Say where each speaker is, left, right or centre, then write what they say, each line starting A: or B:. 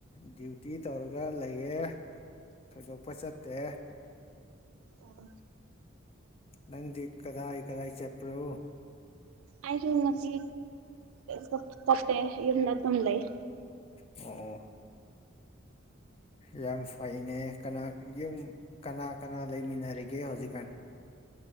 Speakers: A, on the left (about 30°); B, on the right (about 85°).
A: ꯗ꯭ꯌꯨꯇꯤ ꯇꯧꯔꯒ ꯂꯩꯌꯦꯦ ꯊꯣꯏꯗꯣꯛꯄ ꯆꯠꯇꯦ
B: ꯑꯣ
A: ꯅꯪꯗꯤ ꯀꯗꯥꯏ ꯀꯗꯥꯏ ꯆꯄ꯭ꯔꯣ
B: ꯑꯩꯁꯨ ꯉꯁꯤ ꯀ ꯈꯣꯠꯇꯦ ꯌꯨꯝꯗ ꯑꯗꯨꯝ ꯂꯩ
A: ꯑꯣ ꯑꯣ ꯌꯥꯝ ꯐꯩꯅꯦ ꯀꯅꯥ ꯌꯨꯝ ꯀꯅꯥ ꯀꯅꯥ ꯂꯩꯃꯤꯟꯅꯔꯤꯒꯦ ꯌꯦꯦ ꯍꯧꯖꯤꯛ ꯀꯥꯟ